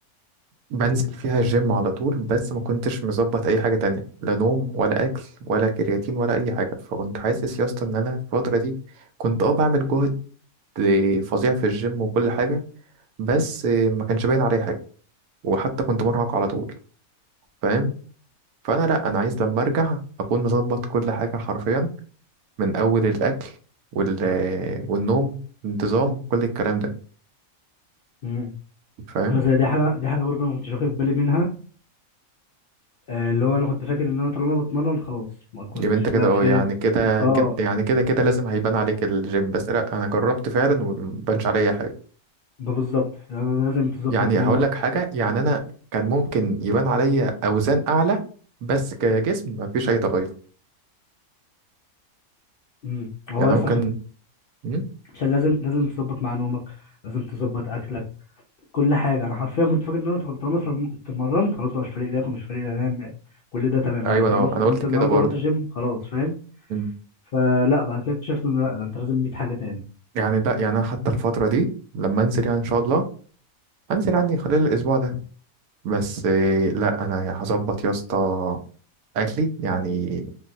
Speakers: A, on the right; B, on the left.
A: بنزل فيها الجيم على طول بس ما كنتش مظبط اي حاجه تانية لا نوم ولا اكل ولا كرياتين ولا اي حاجه فكنت حاسس يا اسطى ان انا في الفتره دي كنت اه بعمل جهد فظيع في الجيم وكل حاجه بس ما كانش باين عليه حاجه وحتى كنت مرهق على طول فاهم فانا لا انا عايز لما ارجع اكون مظبط كل حاجه حرفيا من اول الاكل وال والنوم انتظام كل الكلام ده
B: مم.
A: فاهم
B: بس دي حاجة دي حاجة برضه أنا ما كنتش واخد بالي منها آه، اللي هو أنا كنت فاكر إن أنا طالما بتمرن خلاص ما كنتش
A: جيب انت
B: بقى
A: كده اه
B: فاهم
A: يعني كده
B: اه
A: كده يعني كده كده لازم هيبان عليك الجيم بس لا انا جربت فعلا ومبانش عليا حاجه
B: ده بالظبط يعني لازم تظبط
A: يعني
B: نومك
A: هقول لك حاجه يعني
B: و...
A: انا كان ممكن يبان عليا اوزان اعلى بس كجسم مفيش اي تغير
B: مم. هو
A: يعني
B: يس
A: أنا ممكن
B: عشان
A: مم؟
B: عشان لازم لازم تظبط مع نومك لازم تظبط أكلك كل حاجة أنا حرفيا كنت فاكر إن أنا طال- طالما اتر- اتمرنت خلاص بقى مش فارق لي آكل مش فارق لي أنام كل ده تمام
A: ايوه
B: أنا طالما
A: انا
B: اتمرنت
A: انا قلت
B: النهاردة
A: كده برضه
B: ورحت الجيم خلاص فاهم
A: مم.
B: فلا بعد كده اكتشفت إن لا ده أنت لازم 100 حاجة تاني
A: يعني لا يعني انا حتى الفتره دي لما انزل يعني ان شاء الله هنزل يعني خلال الاسبوع ده بس آه، لا انا هظبط يا اسطى اكلي يعني